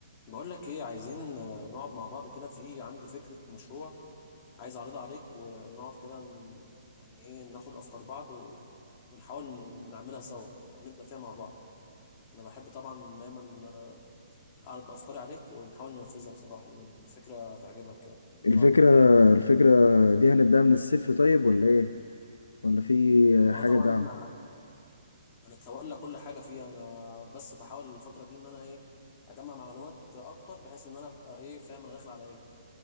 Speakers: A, on the left; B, on the left.
A: بقول لك ايه عايزين آه، نقعد مع بعض كده في عندي فكرة مشروع عايز اعرضها عليك ونقعد كده ن- يعني ايه ناخد افكار بعض و... ونحاول نعملها سوا او نبدأ فيها مع بعض انا بحب طبعا دايما آه، اعرض افكاري عليك ونحاول ننفذها بصراحة لان الفكرة هتعجبك يعني
B: الفكرة
A: ايه رأيك
B: الفكرة دي هنبدأ من الصفر طيب ولا ايه ولا في
A: اه
B: حاجة
A: طبعا
B: دعم
A: احنا هنتولى كل حاجة فيها انا بس بحاول الفترة دي ان انا ايه اجمع معلومات اكتر بحيث ان انا ابقى ايه فاهم انا داخل على ايه